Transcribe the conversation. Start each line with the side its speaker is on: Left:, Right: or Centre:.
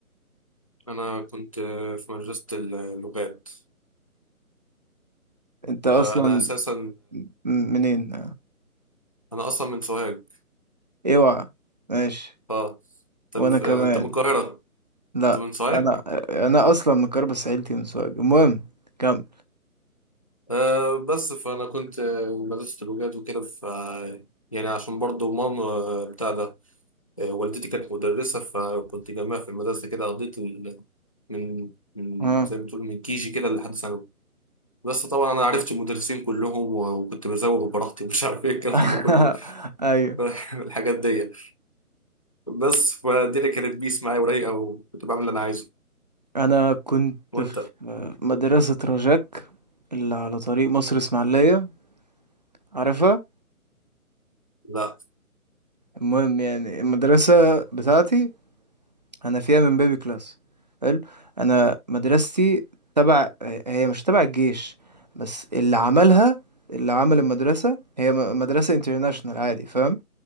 Left: انا كنت آه، في مدرسه اللغات
Right: أنت أصلا
Left: آه، انا اساسا
Right: م- منين؟
Left: انا اصلا من سوهاج
Right: اوعى ماشي
Left: اه
Right: وانا
Left: انت
Right: كمان
Left: من آه، انت من القاهره
Right: لا
Left: انت من سوهاج
Right: انا انا اصلا من كربس عيلتي من سوهاج المهم كمل
Left: آه بس فانا كنت آه، مدرسه اللغات وكده ف يعني عشان برضو ماما آه، بتاع ده آه، والدتي كانت مدرسه فكنت جنبها في المدرسه كده قضيت ال... من من
Right: ها
Left: زي ما تقول من كيجي كده لحد ثانوي بس طبعا انا عرفت المدرسين كلهم و- وكنت بزوغ براحتي ومش <laughs> عارف ايه الكلام
Right: <laughs>
Left: ده كله
Right: ايوه
Left: <laughs> الحاجات دي بس فالدنيا كانت بيس معايا ورايقه وكنت بعمل اللي انا عايزه
Right: انا كنت
Left: وانت
Right: في مدرسة رجاك اللي على طريق مصر اسماعيلية عارفها
Left: لا
Right: المهم يعني المدرسة بتاعتي انا فيها من بيبي كلاس حلو انا مدرستي تبع هي مش تبع الجيش بس اللي عملها اللي عمل المدرسة هي م- مدرسة انترناشونال عادي فاهم